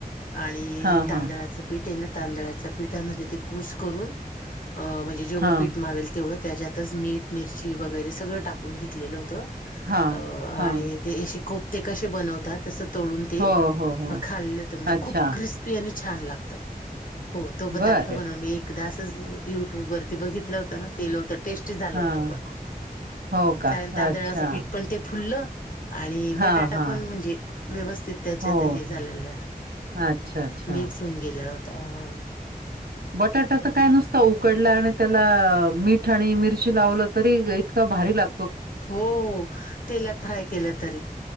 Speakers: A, on the left; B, on the right.
A: आणि
B: हां,
A: तांदळाचं
B: हां,
A: पीठ आहे ना तांदळाच्या पीठामध्ये ते कूश करून अ म्हणजे जे जेवढं
B: हां,
A: पीठ म्हावेल तेवढं त्याच्यातच मीठ मिरची वगैरे सगळं टाकून घेतलेलं होतं.
B: हां,
A: अ आणि
B: हां.
A: ते येशे कोपते कसे बनवतात. तस तोडून ते
B: हो, हो, हो.
A: म खाल्ल होत म्हणजे
B: अच्छा
A: खूप क्रिस्पी आणि छान लागत. हो तो पदार्थ
B: बरं.
A: बन मी एकदा असच युट्यूब वरती बघितलं होतं ना केलं होतं टेस्टी झालं
B: हां,
A: होत पण
B: हो का?
A: कारण तांदळाचं
B: अच्छा.
A: पीठ पण ते फुललं आणि
B: हां,
A: बटाटा
B: हां.
A: पण म्हणजे व्यवस्थित त्याच्यात
B: हो,
A: हे झालेलं
B: हो. अच्छा, अच्छा.
A: मिक्स होऊन गेल होत हा.
B: बटाटा तर काय नुस उकडला आणि त्याला मीठ आणि मिरची लावलं तरी इतका भारी लाग
A: हो तेलात फ्राय केलं तरी